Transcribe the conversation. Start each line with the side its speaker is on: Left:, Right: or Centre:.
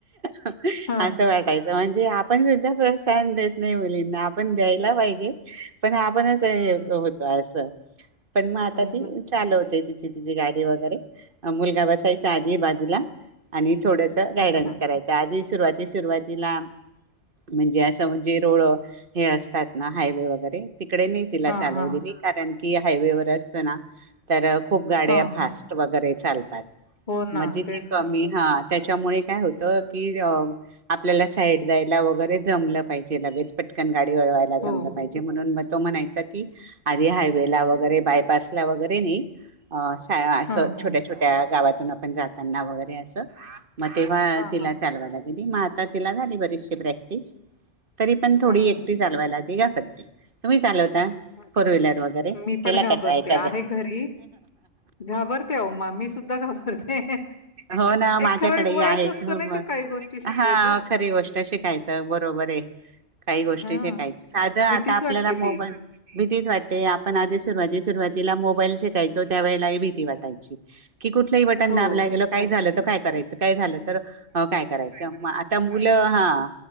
Right: हं
Left: हां.
Right: असं वाटायचं म्हण जे आपण सुद्धा बस तान देत नाही मुलींना. आपण द्यायला पाहिजे पण आपणचं
Left: हं.
Right: हे होतो असं पण मग आता
Left: होय
Right: ती
Left: ना.
Right: चालवते तिची तिची गाडी वगैरे. मुलगा बसायचा आधी
Left: हं.
Right: बाजूला आणि थोडसं गायडन्स
Left: अच्छा.
Right: करायचा. आधी सुरुवाती सुरुवातीला म्हणजे असं म्हणजे रोड हे असतात ना. हायवे वगैरे तिकडे नाही तिला
Left: हां,
Right: चालवू
Left: हां.
Right: दिली कारण की, हायवे वर असतं ना तर खू खूप गाड्या
Left: हां,
Right: फास्ट
Left: हां.
Right: वगैरे चालतात
Left: हो ना,
Right: मग जिथे
Left: तेच
Right: कमी
Left: तर.
Right: हां त्याच्यामुळे काय होत की अ आपल्याला साईड द्यायला वगैरे जमलं पाहिजे लगेच पटकन. गाडी वळवायला
Left: हो.
Right: जमलं पाहिजे म्हणून म तो म्हणायचा की आधी हायवेला वगैरे बायपासला वगैरे ने अ हा असं
Left: हां, हां.
Right: छोट्या छोट्या गावातून आपण जाताना वगैरे असं म तेव्हा
Left: हां,
Right: तिला
Left: हां.
Right: चालवायला दिली म आता तिला झाली बरीचशी प्रॅक्टिस. तरी पण थोडी
Left: हं.
Right: एकटी चालवायला ती घाबरते. तुम्ही चालव ता
Left: अच्छा.
Right: फोर व्हिलर वगैरे
Left: मी
Right: केला
Left: पण घाबरते.
Right: का ट्राय कधीं?
Left: आहे घरी, घाबरते अहो मा मी सुद्धा घाबरते.
Right: हो ना
Left: एक
Right: माझ्याकडे
Left: ठराविक
Right: ही
Left: वयच
Right: आहे
Left: असतं
Right: ह
Left: नाही का काही गोष्टी शिकायचं?
Right: हां खरी गोष्ट शिकायचं बरोबर आहे काही गोष्टी
Left: हां,
Right: शिकायचं साध आता
Left: भीतीच
Right: आपल्याला
Left: वाटते
Right: मोबाईल
Left: ती.
Right: भीतीच वाटते आपण आधी सुरुवाती सुरुवातीला मोबाईल शिकायचो त्या वेळेलाही भीती वाटायची. की कुठलंही बटन
Left: हो,
Right: दाबला गेल काय झालं तर काय करायचं काय झालं तर काय अ करायचं अ आता मुलं हां